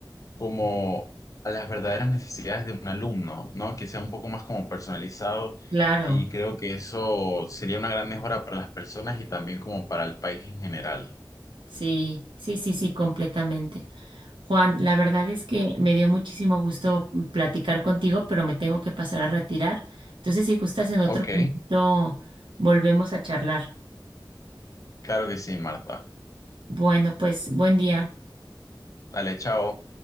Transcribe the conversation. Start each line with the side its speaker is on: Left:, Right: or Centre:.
Left: como a las verdaderas necesidades de un alumno, ¿no? Que sea un poco más como personalizado
Right: claro.
Left: y creo que eso sería una gran mejora para las personas y también como para el país en general.
Right: Sí, sí, sí, sí, completamente. Juan, la verdad es que me dio muchísimo gusto mm, platicar contigo, pero me tengo que pasar a retirar. Entonces, si gustas, en otro
Left: Ok,
Right: momento volvemos a charlar.
Left: claro que sí, Marta.
Right: Bueno, pues buen día.
Left: Dale, chao.